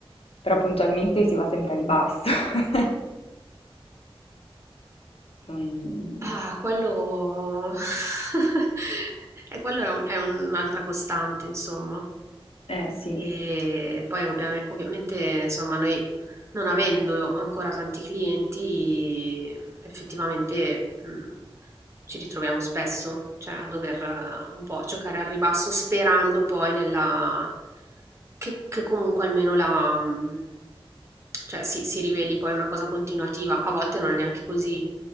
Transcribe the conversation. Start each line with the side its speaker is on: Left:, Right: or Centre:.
Left: però puntualmente si va sempre a ribasso. <laughs> Non
Right: Ah, quello... <laughs> e quello è un- è un'altra costante, insomma.
Left: eh sì,
Right: E poi ovvia- ovviamente, insomma, noi non avendo ancora tanti clienti, effettivamente mh, ci ritroviamo spesso, cioè a dover eh, un po' giocare al ribasso sperando poi nella... che, che comunque almeno la... mh, cioè si, si riveli poi una cosa continuativa, a volte non è neanche così.